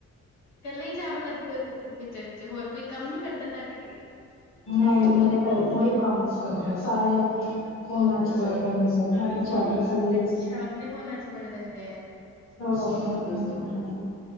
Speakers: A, on the left; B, on the left.
A: ਇਕੱਲੇ ਹੀ ਚਾਵ ਲੱਗੇ ਤੁਸੀਂ ਕਿਚਨ ਚ ਹੋਰ। ਕੋਈ ਕੰਮ ਨੀ ਕਰਦਾ ਤੁਹਾਡੇ ਘਰੇ
B: ਨਹੀਂ ਮੇਰੇ ਘਰੇ ਕੋਈ ਕੰਮ ਨ ਕਰ ਸਾਰੇ ਉਥੇ ਫੋਨਾਂ ਚ ਵੜੇ ਰਹਿੰਦੇ ਆ ਨਾ ਵਿਚਾਰੀ ਕੱਲੀ
A: ਅੱਛਾ ਆਪਣੇ ਫੋਨਾਂ ਚ ਵੜੇ ਰਹਿੰਦੇ ਆ।
B: ਸ ਆਪਣੀ